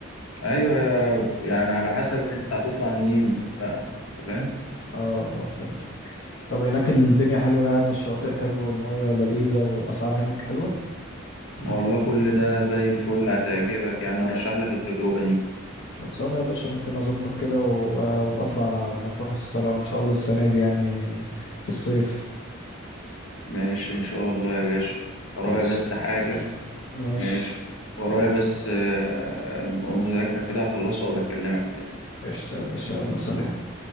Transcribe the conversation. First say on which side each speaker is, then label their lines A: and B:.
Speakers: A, on the left (about 80°); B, on the left (about 60°).
A: أيوه يا- يعني على حسب أنت هتطلع منين بقى أنت فاهم؟
B: اه اه فهمت طب هناك الدنيا حلوة يعني الشواطئ حلوة والمية لذيذة والأسعار هناك حلوة
A: والله كل ده زي الفل هتعجبك يعني أرشح لك التجربة دي
B: خلصانة يا باشا ممكن أظبط كده و- وبطلع مطروح الصراحة إن شاء الله السنة دي يعني في الصيف
A: ماشي إن شاء الله يا باشا
B: خلص
A: ورايا بس
B: والله
A: حاجة
B: يا باشا ماشي
A: ماشي ورايا
B: خلص
A: بس آه، مذاكرة كده هخلصها وبكلمك تاني
B: قشطة يا باشا يلا سلام